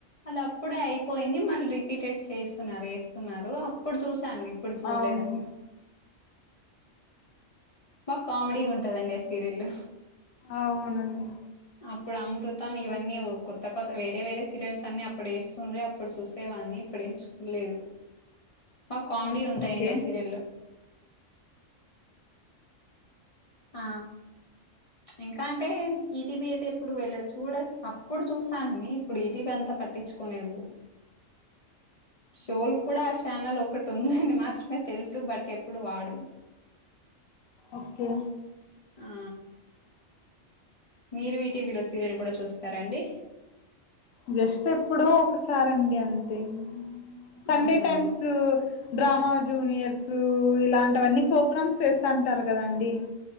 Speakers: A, on the left; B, on the left.
A: అది అప్పుడే అయిపోయింది మళ్ళీ రిపీటెడ్ చేస్తున్నారు వేస్తున్నారు అప్పుడు చూసాను ఇప్పుడు చూడలేదండి
B: అవును
A: బా కామెడీగా ఉంటదండి ఆ సీరియల్
B: అవునండి
A: అప్పుడు అమృతం ఇవన్నీ కొత్త కొత్త వేరే వేరే సీరియల్స్ అన్ని అప్పుడు వేస్తుండే అప్పుడు చూసేవాడ్ని ఇప్పుడు ఏమి చూడలేదు బా కామెడీ ఉంటాయండి
B: ఓకే
A: ఆ సీరియల్ లు ఆ ఇంకా అంటే ఈటీబి అయితే ఎప్పుడు వెళ్ళదు చూడ అప్పుడు చూస్తాను లే ఇప్పుడు ఇటీవి అంతా పట్టించుకులేదు షోల్ కూడా ఛానల్ ఒకటి ఉందని మాత్రమే తెలుసు బట్ ఎప్పుడు వాడం
B: ఓకే
A: ఆ మీరు ఈ టీవీ లో సీరియల్ కూడా చూస్తారా అండి
B: జస్ట్ ఎప్పుడో ఒకసారండి అంతే సండే
A: ఆహా
B: టైమ్స్ డ్రామా జూనియర్స్ ఇలాంటివన్నీ ప్రోగ్రామ్స్ చేస్తుంటారు కదాండి